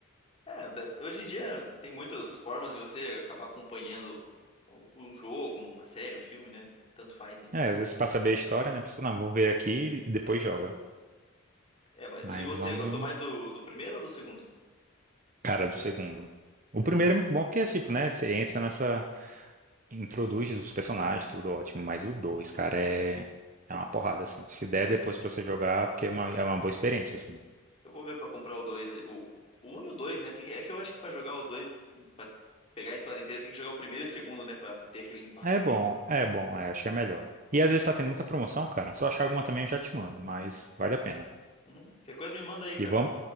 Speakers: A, on the left; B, on the right.
A: É, be- hoje em dia tem muitas formas de você acabar acompanhando o- um jogo, uma série, um filme, né? Tanto faz, hein?
B: É, às vezes pra saber a história, né, pessoal, não, vou ver aqui e depois joga.
A: É, mas,
B: Mas
A: e você,
B: vamos,
A: gostou mais do, do primeiro ou do segundo?
B: cara, do segundo. O
A: Segundo.
B: primeiro é muito bom porque, é, tipo, né, você entra nessa, introduz os personagens, tudo ótimo, mas o dois, cara, é... É uma porrada, assim. Se der depois pra você jogar, porque é uma, é uma boa experiência, assim.
A: Eu vou ver pra comprar o dois. O, o um e o dois, né? Tem, é que eu acho que pra jogar os dois, pra pegar a história inteira, tem que jogar o primeiro e o segundo, né? Pra ter aquele impacto.
B: É bom, é bom, é, acho que é melhor. E às vezes tá tendo muita promoção, cara. Se eu achar alguma também, eu já te mando, mas
A: Uhum,
B: vale a pena.
A: uhum. Qualquer coisa me manda aí, cara.
B: E vamos,